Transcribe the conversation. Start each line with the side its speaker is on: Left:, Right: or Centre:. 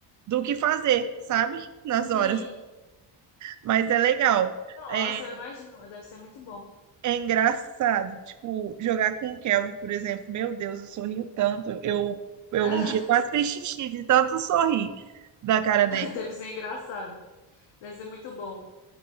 Right: do que fazer, sabe? Nas
Left: Sim.
Right: horas. Mas é legal.
Left: Nossa,
Right: É,
Left: eu imagino. Deve ser muito bom.
Right: É engraçado, tipo, jogar com o Kelvin, por exemplo. Meu Deus, eu sorrio tanto. Eu, eu
Left: <laughs>
Right: um dia quase fiz xixi de tanto sorrir da cara dele.
Left: Deve ser engraçado. Deve ser muito bom.